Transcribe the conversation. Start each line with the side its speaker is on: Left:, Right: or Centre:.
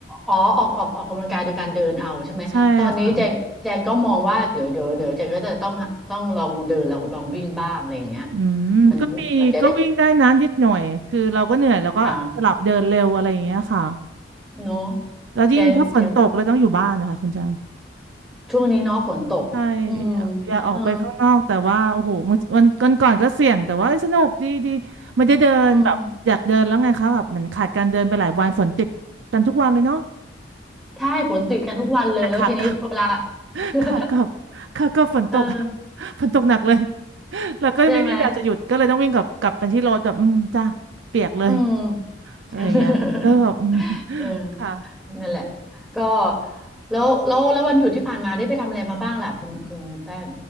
Centre: อ๋อออกออกออกกำลังกายโดยการเดินเอาใช่ไหมตอนนี้แจงแจงก็มองว่าเดี๋ยวเดี๋ยวเดี๋ยวแจงก็จะต้องหาต้องลองเดินลองลองวิ่งบ้างอะไรอย่างเงี้ย
Right: ใช่ค่ะอืมก็มีก็วิ่งได้นะนิดหน่อย
Centre: มันมันจะได้
Right: คือเราก็เหนื่อย แล้วก็สลับเดินเร็วอะไรอย่างเงี้ยค่ะ
Centre: อ่าอืมเนาะ
Right: แล้วยิ่งถ้าฝนตกเลยต้องอยู่บ้านนะคะคุณจาง
Centre: แจงแจง ช่วงนี้เนาะฝนตกอืม
Right: ใช่อยากอยากออกไปข้างนอกแต่ว่าโอ้โหมอวันวันก่อนก่อนก็เสี่ยงแต่ว่าเอ้ยสนุกดีดีไม่ได้เดินแบบอยากเดินแล้วไงคะแบบเหมือนขาดการเดินไปหลายวันฝนติดกันทุกวันเลยเนาะ
Centre: เออเออใช่ฝนติดกันทุกวันเลยแล้วทีนี้เวลา
Right: แต่ขากลับ <laughs>
Centre: <laughs>
Right: ขากลับขากลับฝนตก
Centre: เออ
Right: <laughs> ฝนตกหนักเลย <laughs> แล้วก็ไม่มีเวลาจะหยุดก็เลยต้องวิ่งกลับกลับไปที่รถแบบอืมจ้าเปียกเลย
Centre: ใช่ไหม อืม
Right: อะไรอย่างเงี้ยก็แบบอืม
Centre: <laughs>
Right: <laughs>
Centre: เออ
Right: ค่ะ
Centre: นั่นแหละก็แล้วแล้วแล้ววันหยุดที่ผ่านมาได้ไปทำอะไรมาบ้างล่ะ คุณคุณแป้ง